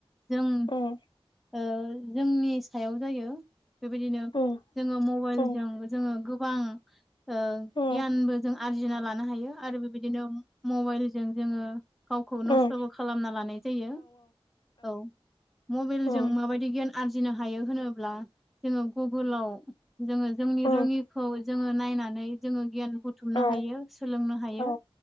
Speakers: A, in the centre; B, on the left.
A: जों
B: उम
A: ओ जोंनि सायाव जायो बेबायदिनो
B: उम
A: जोङो मबेइलजों
B: उम
A: जोङो गोबां ओ
B: उम
A: गियानबो जों आरजिना लानो हायो आरो बेबायदिनो मबेइल जों जोङो गावखौ नस्थ'बो
B: उम
A: खालामना लानाय जायो औ मबेइलजों
B: उम
A: माबायदि गियान आरजिनो हायो होनोब्ला जोङो गुगोलाव जोङो जोंनि
B: उम
A: रोङिखौ जोङो नायनानै जोङो गियान बुथुमनो
B: औ
A: हायो सोलोंनो हायो
B: औ